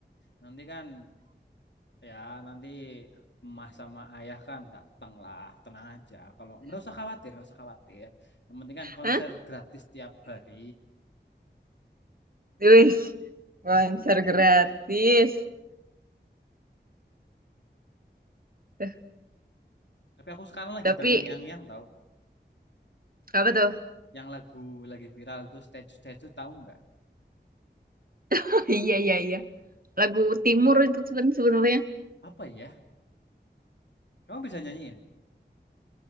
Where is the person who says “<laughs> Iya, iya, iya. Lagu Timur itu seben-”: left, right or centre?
Right